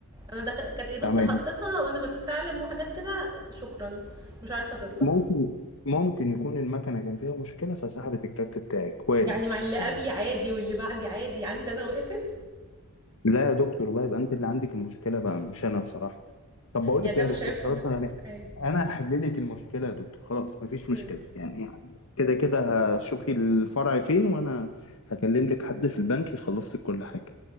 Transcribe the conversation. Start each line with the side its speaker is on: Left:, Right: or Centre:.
Right: انا دخ... كانت يا دوب
Left: تمام
Right: ده حطيتها وانا بستعلم وحاجات كده شكرا مش عارفة تطلع
Left: ممكن ممكن يكون المكنة كان فيها مشكلة فسحبت الكارت بتاعك وارد
Right: يعني مع اللي
Left: يعني
Right: قبلي عادي واللي بعدي عادي عندي انا وقفت
Left: لا يا دكتور بقى يبقى أنت اللي عندك المشكلة بقى مش أنا بصراحة طب بقول
Right: يعني
Left: لك
Right: ده
Left: إيه
Right: مش
Left: يا دكتور
Right: عيب في
Left: خلاص
Right: المكان
Left: أنا يعني
Right: ايوه
Left: أنا هحل لك المشكلة يا دكتور خلاص مفيش
Right: مم.
Left: مشكلة يعني كده كده هشوفي الفرع فين وأنا هكلم لك حد في البنك يخلص لك كل حاجة